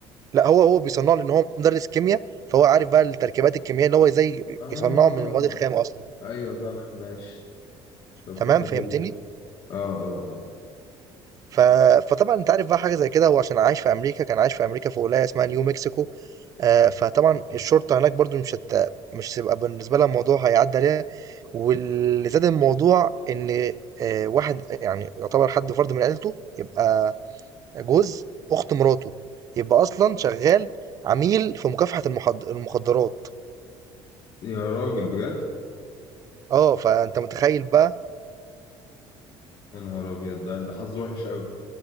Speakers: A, on the right; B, on the left.
A: لا هو هو بيصنعه لان هو مدرس كيمياء فهو عارف بقى التركيبات الكيميائيه ان هو ازاي
B: اه
A: يصنعه من المواد الخام اصلا
B: ايوه صح ماشي طب
A: تمام
B: فكرة
A: فهمتني
B: حلوة اه اه اه
A: ف... فطبعا انت عارف بقى حاجه زي كده هو عشان عايش في امريكا كان عايش في امريكا في ولايه اسمها نيو مكسيكو آه، فطبعا الشرطة هناك برضو مش هت... مش هتبقى بالنسبة لها الموضوع هيعدي عليها واللي زاد الموضوع ان آه، واحد يعني يعتبر حد فرد من عيلته يبقى جوز اخت مراته يبقى اصلا شغال عميل في مكافحة المخد... المخدرات
B: يا راجل بجد
A: اه فانت متخيل بقى
B: يا نهار ابيض ده ده حظه وحش قوي